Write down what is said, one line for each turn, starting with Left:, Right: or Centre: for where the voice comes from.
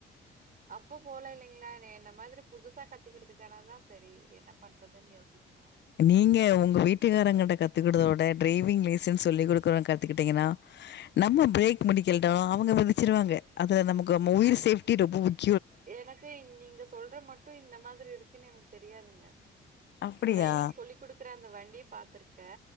Right: அப்போ போலல்லைங்ளா என்ன மாதிரி புதுசா கத்துக்கறதுக்கானதா சரி என்ன பண்றதுன்னு யோசிக்கணு
Left: நீங்க உங்க வீட்டுக்காரங்கிட்ட கத்துக்கடதவுட டிரைவிங் லைசன்ஸ் சொல்லி குடுறோங் கத்துக்கிட்டீங்கன்னா நம்ம பிரேக் மிடிகல்ட்டு அவுங்க மிதிச்சிருவாங்க அதுல நமக்கு நம்ம உயிர் சேஃப்டி ரொம்போ முக்
Right: எனக்கு நீங்க சொல்ற மட்டு இந்த மாதிரி இருக்குன் எனக்கு தெரியாதுங்க
Left: அப்படியா?
Right: ட்ரைவிங் சொல்லி் குடுக்கற அந்த வண்டிய பாத்திருக்கே